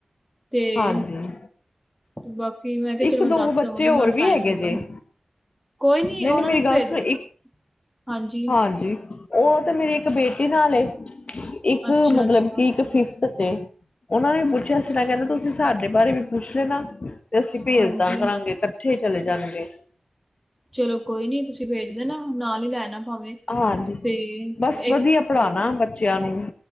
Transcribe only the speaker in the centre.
ਤੇ
ਬਾਕੀ ਮੈਂ ਕੇਆ
ਚਲੋ ਮੈਂ
ਦੱਸ
ਦਵਾਂਗੀ
ਨਾਲ
ਟਾਈਮ
ਵੀ।
ਕੋਈ ਨੀ
ਓਨਾਂ
ਨੂ ਵੀ
ਭੇਜ
ਦੋ,
ਹਾਂਜੀ।
ਅੱਛਾ
ਅੱਛਾ
ਹਾਂਜੀ
ਚਲੋ ਕੋਈ ਨੀ ਤੂਸੀ ਭੇਜਦੇਨਾ ਨਾਲ ਈ ਲੇ ਆਣਾ ਭਾਵੇਂ।
ਤੇ
ਇੱਕ